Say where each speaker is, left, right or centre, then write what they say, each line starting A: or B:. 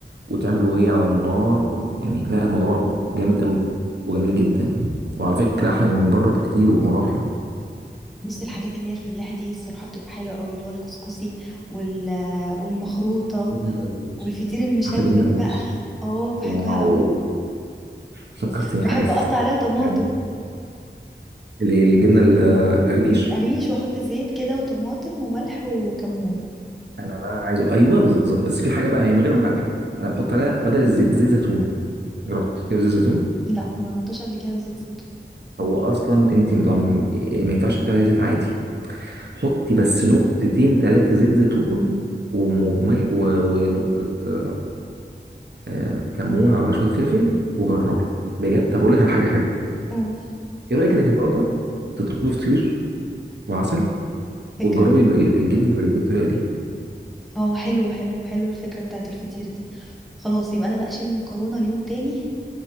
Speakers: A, on the right; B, in the centre.
A: وتعمله هي على النار يعني لا الموضوع جامد قوي وجميل جدا وعلى فكره احلى من بره بكتير وبمراحل
B: بس الحاجات اللي هي الفلاحة دي الصراحة بتبقى حلوة قوي اللي هو الكسكسي وال... والمخروطة
A: جبنه القريش
B: والفطير المشلتت
A: عارفه جبنه القريش
B: بقى اه بحبها
A: واو
B: قوي
A: فكرتني
B: بحب
A: بحاجات
B: اقطع عليها طماطم
A: يعني اللي- الجبنه القريش
B: القريش واحط زيت كده وطماطم وملح وكمون
A: انا بقى عايزه ايوه بالظبط بس في حاجه بقى هي من غير ملح انا بحط عليها بدل الزيت زيت زيتون جربت كده زيت زيتون
B: لا ما جربتهاش قبل كده بزيت الزيتون
A: هو اصلا انت ما تعم- ما ينفعش تحطي عليها زيت عادي حطي بس نقطتين ثلاثه زيت زيتون وملح و- ونقطه آه، كمون على شويه فلفل وجربي بجد طب اقول لك على حاجه حلوه
B: قول
A: ايه رايك انك النهارده تطلبي فطير وعسل
B: فكرة
A: وتجربي الم- ال- الجبنه بال- بالطريقه دي
B: اه حلو حلو حلو الفكرة بتاعت الفطير دي خلاص يبقى انا بقى اشيل المكرونة اليوم تاني